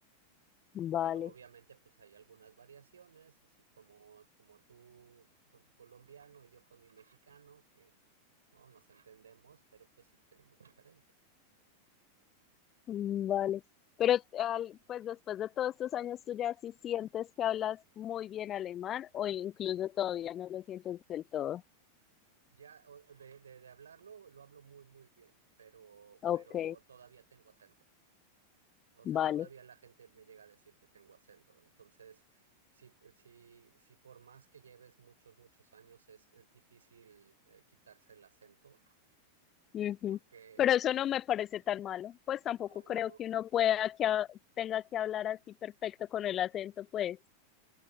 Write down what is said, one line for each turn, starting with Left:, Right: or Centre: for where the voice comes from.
Left: Vale,
Right: Pero obviamente, pues hay algunas variaciones, así como, como tú con tu colombiano y yo con mi mexicano, que no nos entendemos, pero pues sí tenemos diferencias.
Left: mm, vale. Pero al- pues después de todos estos años, ¿tú ya sí sientes que hablas muy bien alemán o incluso todavía no lo sientes del todo?
Right: Ya o- de, de, de hablarlo, lo hablo muy, muy bien, pero,
Left: Ok,
Right: pero todavía tengo acento. O sea,
Left: vale.
Right: todavía la gente me llega a decir que tengo acento. Entonces, sí, sí, sí, por más que lleves muchos, muchos años, es, es difícil eh, quitarse el acento,
Left: Ujú.
Right: porque,
Left: Pero eso
Right: pues,
Left: no me parece tan malo. Pues tampoco
Right: oh, no,
Left: creo que uno pueda que ha- tenga que hablar así perfecto con el acento, pues.